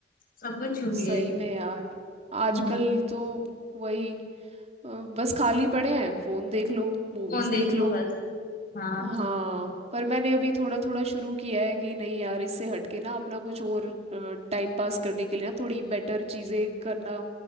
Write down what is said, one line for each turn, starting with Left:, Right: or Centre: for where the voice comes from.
Left: सब कुछ छूट
Right: सही
Left: गए
Right: में यार आजकल
Left: हम्म,
Right: तो वही अ, बस खाली पड़े हैं फोन देख लो मूवीज
Left: फोन देख
Right: देख
Left: लो
Right: लो
Left: बस हाँ
Right: हाँ पर मैंने अभी थोड़ा थोड़ा शुरू किया है कि नहीं यार इससे हटके ना अपना कुछ और टाइम पास करने के लिए ना थोड़ी बेटर चीज़ें करना